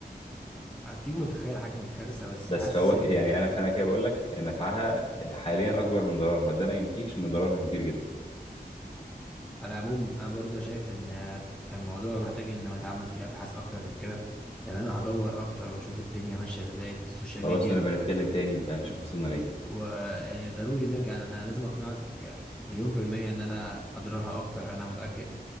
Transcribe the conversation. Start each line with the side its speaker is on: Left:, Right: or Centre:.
Centre: اكيد متخيل حجم الكارثه بس
Left: بس
Centre: حاسس
Left: فهو ك...
Centre: ان
Left: يعني انا فانا كده بقول لك نفعها حاليا اكبر من ضررها ده ما ينفيش ان ضررها كبير جدا
Centre: على العموم انا برضه شايف ان الموضوع محتاج انه يتعمل فيه ابحاث اكتر من كده يعني انا هدور اكتر واشوف الدنيا ماشيه ازاي في السوشيال
Left: خلاص
Centre: ميديا
Left: نبقى نتكلم تاني بقى نشوف وصلنا ليه
Centre: ويعني ضروري نرجع لأن انا لازم اقنعك مليون في المية ان انا اضرارها اكتر انا متأكد